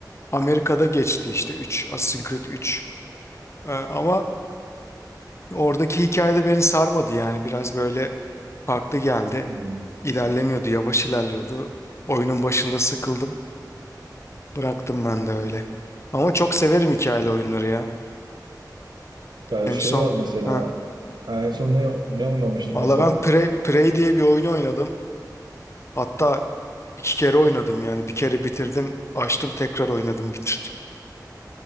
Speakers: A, on the left; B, on the right.
A: Amerika'da geçti işte üç Assassin's Creed üç Ee, ama oradaki hikayede beni sarmadı yani. Biraz böyle farklı geldi.
B: hmm,
A: İlerlemiyordu. Yavaş ilerliyordu. Oyunun başında sıkıldım. Bıraktım ben de öyle. Ama çok severim hikayeli oyunları ya.
B: yani
A: En
B: şey
A: son.
B: var mesela
A: Ha.
B: ha, en son ne, ne oynamıştım
A: Valla
B: mesela?
A: ben Prey, Prey diye bir oyunu oynadım. Hatta iki kere oynadım yani. Bir kere bitirdim. Açtım tekrar oynadım bitirdim.